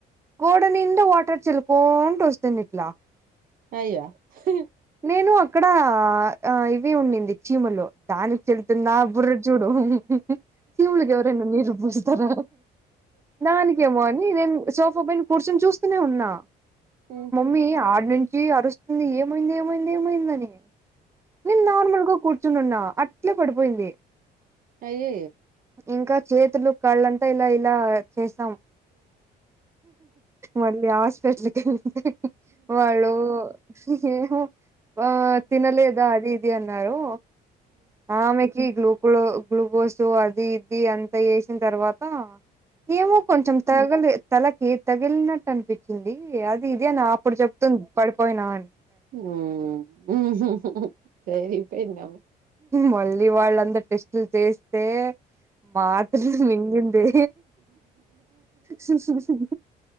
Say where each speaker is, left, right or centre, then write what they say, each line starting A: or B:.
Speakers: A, on the right; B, on the right.
A: గోడ నిండ వాటర్ చెల్ కో అని పోస్తుంది ఇట్లా
B: అయ్యా హు
A: నేను అక్కడ ఇవి ఉండింది చీమలో దానికి చెళ్తున్న బుర్ర చూడు చీమలకి ఎవరన్నా నీరు పోస్తారా దానికేమో అని నేను సోఫా పైన కూర్చొని చూస్తూనే ఉన్నా
B: ఉమ్
A: మీ ఆడి నుంచి అరుస్తుంది ఏమైంది ఏమైంది ఏమైందని నేను నార్మల్గా కూర్చుని ఉన్నా అట్లే పడిపోయింది
B: యే
A: ఇంకా చేతులు కాళ్ళంతా ఇలా ఇలా చేసాం మళ్ళీ ఆ <unintelligible> వాళ్ళు ఏమ్ ఆ తినలేదా అది ఇది అన్నారు ఆమెకి గ్లూకో గ్లూకోసు అది ఇది అంతా యేసిన తర్వాత ఏమో కొంచెం తగలి తలకి తగిలినట్టు అనిపించింది అది ఇది అని ఇప్పుడు చెప్తుంది పడిపోయినా అని
B: ఉమ్ హు హు సరిపోయిందా
A: మళ్ళీ వాళ్ళందరు టెస్ట్లు చేస్తే మాత్రులు మించినది హు హు